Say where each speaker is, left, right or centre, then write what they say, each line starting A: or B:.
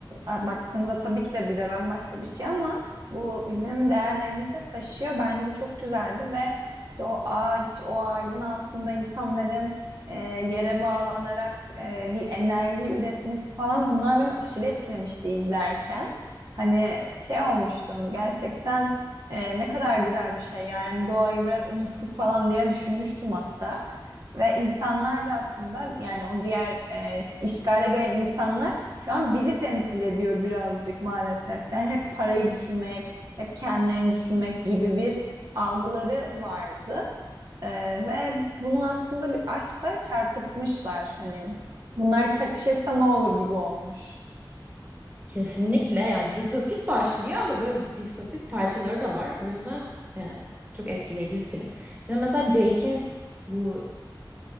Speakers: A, on the right (about 55°); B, on the right (about 20°).
A: a, baktığımızda tabii ki de bize bambaşka bir şey ama bu bizim değerlerimizi de taşıyor. Bence bu çok güzeldi ve işte o ağaç, o ağacın altında insanların e, yere bağlanarak e, bir enerji üretmesi falan bunlar beni aşırı etkilemişti izlerken. Hani şey olmuştum gerçekten e, ne kadar güzel bir şey ya. yani doğayı biraz unuttuk falan diye düşünmüştüm hatta. Ve insanlar da aslında yani o diğer e, işgale gelen insanlar şu an bizi temsil ediyor birazcık maalesef. Yani hep parayı düşünmek, hep kendilerini düşünmek gibi bir algıları vardı. E, ve bunu aslında bir aşkla çarpıtmışlar. Hani bunlar çakışırsa ne olur gibi olmuş.
B: Kesinlikle yani ütopik başlıyor ama böyle distopik parçaları da var. O yüzden e, çok etkileyici bir film. Ve mesela Jake'in bu